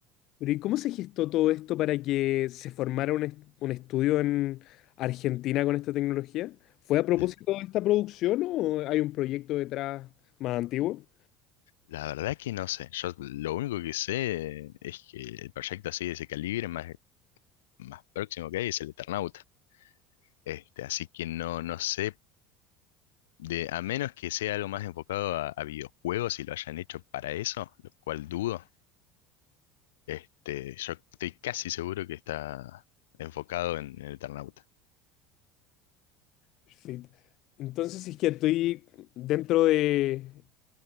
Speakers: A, on the left; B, on the left.
A: Pero ¿y cómo se gestó todo esto para que se formara un, est- un estudio en Argentina con esta tecnología? ¿Fue a propósito
B: L-
A: de esta producción o hay un proyecto detrás más antiguo?
B: La verdad que no sé. Yo lo único que sé es que el proyecto así de ese calibre más, más próximo que hay es el Eternauta. Este, así que no, no sé De, a menos que sea algo más enfocado a, a videojuegos y lo hayan hecho para eso, lo cual dudo, este, yo estoy casi seguro que está enfocado en, en el Eternauta.
A: Perfecto. Entonces, si es que estoy dentro de,